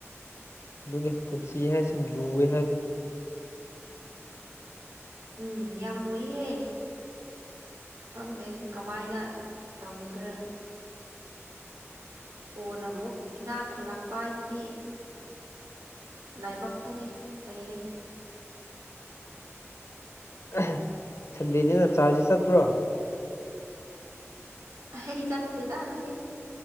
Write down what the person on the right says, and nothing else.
ꯎꯝ ꯌꯥꯝ ꯂꯨꯏꯍꯦ ꯈꯪꯗꯦ ꯀꯃꯥꯏꯅ ꯇꯧꯗꯣꯏꯔ ꯀꯣꯟꯅ ꯑꯃꯨꯛ ꯏꯅꯥꯛ ꯈꯨꯜꯂꯛꯄ ꯍꯥꯏꯗꯨꯗꯤ ꯂꯥꯏꯕꯛꯇꯅꯦ ꯂꯩꯔꯦ
ꯑꯩ ꯆꯠꯇꯦꯗ ꯉꯁꯤ